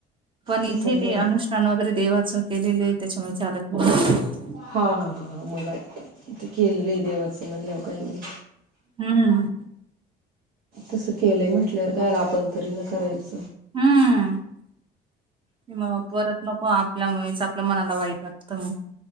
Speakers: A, on the right; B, on the right.
A: पण इथे
B: तसं
A: ते
B: नाही
A: अनुष्ठान वगैरे देवाच केलेलोय आहे त्याच्या मुळे चालत नाही
B: हा हा हा हा मग केलेल देवाचं म्हणले हो काय मग?
A: हम्म.
B: तसं केलंय म्हटल्या वर कायला आपण तरी ना करायचं
A: हम्म म परत नको. आपल्यामुळेच आपल्या मनाला वाईट वाटतं मग.